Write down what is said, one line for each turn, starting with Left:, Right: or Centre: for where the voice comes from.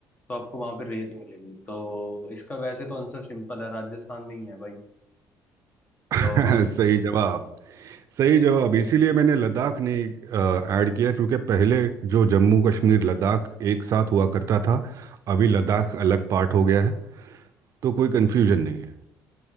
Left: तो आपको वहां पे रेत मिलेगी तो इसका वैसे तो आंसर सिंपल है राजस्थान में ही है भाई
Right: हाँ
Left: तो हम
Right: <laughs> सही जवाब सही जवाब इसीलिए मैंने लद्दाख नहीं ऐड किया क्योंकि पहले जो जम्मू कश्मीर लद्दाख एक साथ हुआ करता था अभी लद्दाख अलग पार्ट हो गया है तो कोई कंफ्यूजन नहीं है